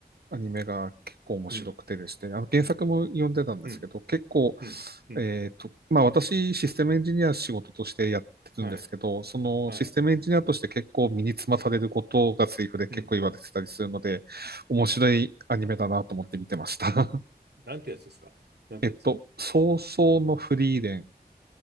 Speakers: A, on the right; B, on the right.
A: アニメが結構面白くてですね、
B: うん、
A: あの原作も読んでたんですけど、
B: うん、
A: 結構、
B: うん、うん。
A: えっと、まあ私、システムエンジニア仕事としてやってるんですけど、
B: はい、
A: そのシステムエンジニアとして結構身につまされることがセリフで結構言われてたりするので、
B: はい、うん、
A: 面白いアニメだなと思って見てました。
B: うん。なんてやつですかなんてやつ
A: <laughs> えっと、葬送のフリーレン。